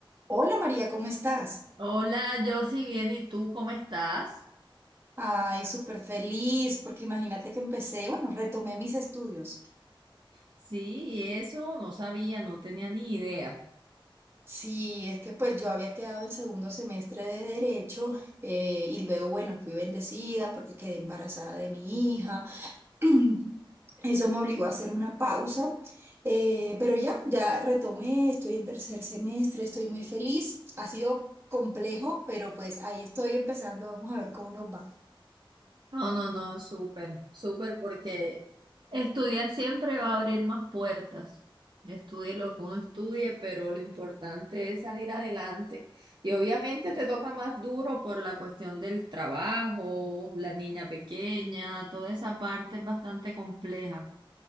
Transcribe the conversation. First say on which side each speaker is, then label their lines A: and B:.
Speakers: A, on the right; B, on the right.
A: Hola María, ¿cómo estás?
B: Hola, yo sí bien, ¿y tú cómo estás?
A: Ay, súper feliz, porque imagínate que empecé, bueno, retomé mis estudios.
B: Sí, y eso no sabía, no tenía ni idea.
A: Sí, es que pues yo había quedado en segundo semestre de Derecho eh, y luego, bueno, fui bendecida porque quedé embarazada de mi hija. <clears throat> Eso me obligó a hacer una pausa, eh, pero ya, ya retomé, estoy en tercer semestre, estoy muy feliz. Ha sido complejo, pero pues ahí estoy empezando, vamos a ver cómo nos va.
B: No, no, no, súper, súper, porque estudiar siempre va a abrir más puertas. Estudie lo que uno estudie, pero lo importante es salir adelante. Y obviamente te toca más duro por la cuestión del trabajo, la niña pequeña, toda esa parte es bastante compleja.